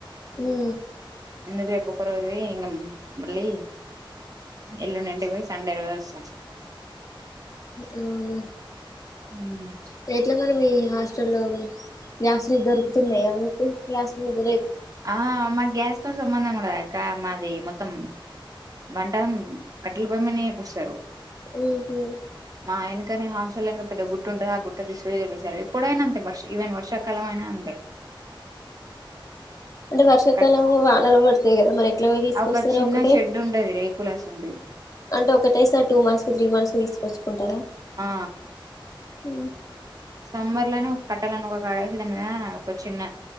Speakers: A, on the left (about 40°); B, on the right (about 40°).
A: ఉ
B: ఎందుదిే పకర్ అది ఇంగ మళ్ళీ ఎల్లుండింటికి పోయి సండే రోజ వస్తాను
A: అ
B: ఉ
A: ఎట్లా మన మీ హాస్టల్లో లో గ్లాస్లు దొరుకుతున్నాయా మీకు గ్లాస్ ముర
B: ఆ మా గ్యాస్తోో సంబంధం కూడాక్క మాది మొత్తం వంట కట్టెల పయిమ ఏపిస్తారు
A: ఉహు
B: మా ఆయనకనే హాస్టల్ ఏదో గుట్ ఉంటుో ఆ గుట్ట తీసుసారు ఎప్పుడై అంతే వర్షవన్ వర్షాకాలంయినా అంతే
A: అంటే వర్షకాల
B: కట్
A: వానర పడుత మరి ఎట్లా పోయి తీసుకొస్తారు
B: ఒక చిన్న
A: ఒకటే
B: షెడ్ ఉంటది రేకులాస్ ఉంటది
A: అంటే ఒకటైసారి టూ మంత్స్ కి త్రీ మంత్స్ కి తీసుకొచ్చుకుంటారా
B: ఆ
A: ఇ
B: సమ్మర్ లో ఒక కట్టాలని ఒక కాడాల్సిదా ఒక చిన్న